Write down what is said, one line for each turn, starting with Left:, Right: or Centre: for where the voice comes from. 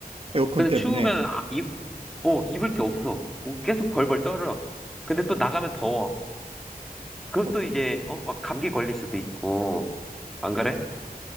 Right: 에어컨
Centre: 근데
Right: 때문에.
Centre: 추우면 아, 입, 어, 입을 게 없어. 어, 계속 벌벌 떨어. 근데 또 나가면 더워. 그것도
Right: 어,
Centre: 이제, 어, 막 감기 걸릴 수도 있고. 안 그래?